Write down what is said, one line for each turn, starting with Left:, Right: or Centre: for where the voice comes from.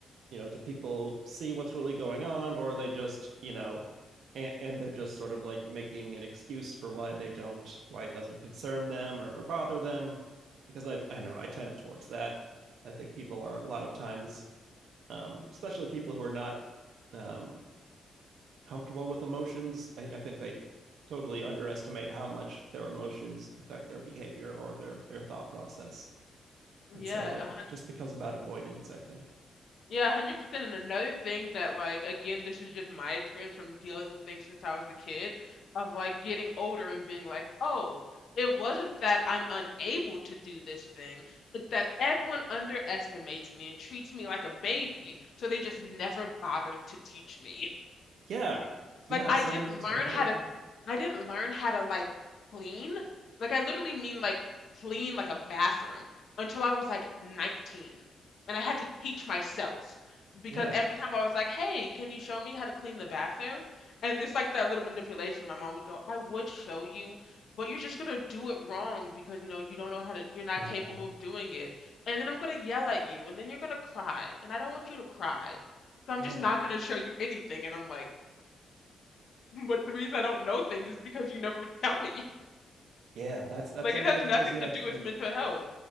Right: you know do people see what's really going on or are they just you know and, and they're just sort of like making an excuse for why they don't why it doesn't concern them or, or bother them because I I don't know I tend towards that I think people are a lot of times um especially people who are not um comfortable with emotions. I, I think they totally underestimate how much their emotions affect their behavior or their their thought process. And
Left: Yeah,
Right: so like
Left: a hundred
Right: it just becomes about avoidance, I think.
Left: Yeah, 100%. And another thing that, like, again, this is just my experience from dealing with things since I was a kid, of like getting older and being like, oh, it wasn't that I'm unable to do this thing, but that everyone underestimates me and treats me like a baby, so they just never bothered to teach me.
Right: Yeah. Yeah,
Left: Like I
Right: same
Left: didn't learn
Right: same here.
Left: how to I didn't learn how to like clean. Like I literally mean like clean like a bathroom until I was like 19. And I had to teach myself because
Right: Yeah.
Left: every
Right: <sighs>
Left: time I was like, "Hey, can you show me how to clean the bathroom?" And there's like that little manipulation. My mom would go, "I would show you, but you're just gonna do it wrong because you know you don't know how to. You're not
Right: Uh,
Left: capable of doing it. And then I'm gonna yell at you, and then you're gonna cry, and I don't want you to cry, so I'm
Right: oh
Left: just not gonna show you anything." And I'm like. But the reason I don't know things is because you never would tell me.
Right: yeah, that's that's
Left: Like
Right: another
Left: it has nothing
Right: crazy
Left: to
Right: ex.
Left: do with
Right: Like,
Left: mental health.